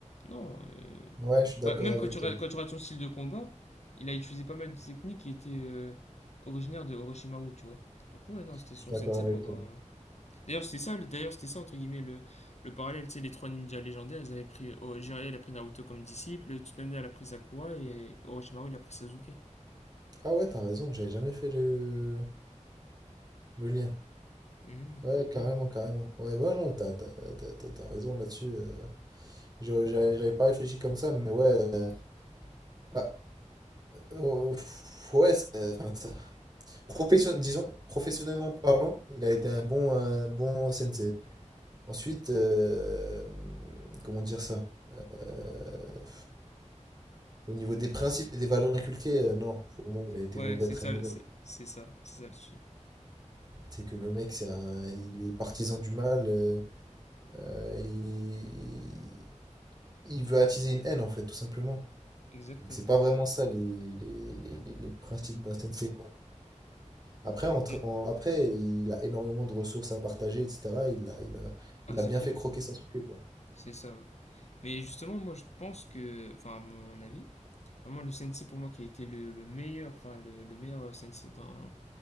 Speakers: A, on the left; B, on the right.
A: Non. euh,
B: Ouais, je suis d'accord
A: Enfin, même
B: avec
A: quand tu,
B: toi.
A: regardes- quand tu regardes son style de combat, il a utilisé pas mal de techniques qui étaient euh, originaires de Orochimaru, tu vois. Donc ouais, non, c'était
B: Je
A: son
B: suis d'accord
A: sensei
B: avec
A: pendant,
B: toi.
A: D'ailleurs, c'était ça, d'ailleurs, c'était ça, entre guillemets, le, le parallèle, tu sais, les trois ninjas légendaires, elles avaient pris, oh, Jiraiya, elle a pris Naruto comme disciple, Tsunade, elle a pris Sakura, et Orochimaru, il a pris Sasuke.
B: Ah ouais, t'as raison, j'avais jamais fait le... le lien.
A: Mhm.
B: Ouais, Mhm. carrément, carrément. Ouais, bah non, t'as t'as- t'as- t'as- t'as raison là-dessus. euh. J'aurais- J'avais j'avais pas réfléchi comme ça, mais ouais... euh, bah, euh, pff, ouais, c'est- enfin, ça- profession- disons, professionnellement parlant, il a été un bon, un bon sensei. Ensuite, euh, comment dire ça? euh, Au niveau des principes et des valeurs inculquées, euh, non, pour moi, il a été
A: Ouais,
B: mauvais,
A: c'est
B: très
A: ça,
B: mauvais.
A: c'est c'est ça, c'est ça le souci.
B: C'est que le mec, c'est un, il est partisan du mal, euh, euh, il... il veut attiser une haine, en fait, tout simplement.
A: Exactement.
B: Donc c'est pas vraiment ça les, les, les- les- les principes d'un sensei, quoi. Après, entre-
A: Mais-
B: en- après, il a énormément de ressources à partager, etc. Il a, il a,
A: ah,
B: il
A: c'est
B: a bien
A: clair,
B: fait croquer
A: hein.
B: Sasuke, quoi.
A: c'est ça, ouais. Mais justement, moi, je pense que, enfin, à mon avis, vraiment, le sensei, pour moi, qui a été le, le meilleur, enfin, le, le meilleur sensei dans,